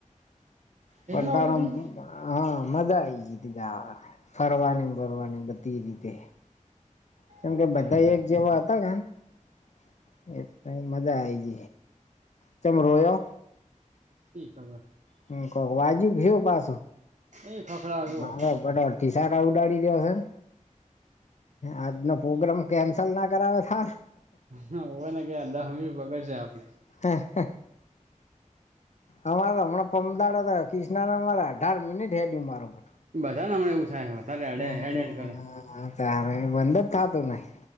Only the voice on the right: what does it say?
એટલા વાટલા થઈ
ગયા
બરાબર
શિ ખબર- -
એ ખખડા જુઓ
હા હો ને કયા દહ વ્હી પગડશે આપે- -
બધાને હમણાં એવું થાય વધારેડ
હેડેડ કરે.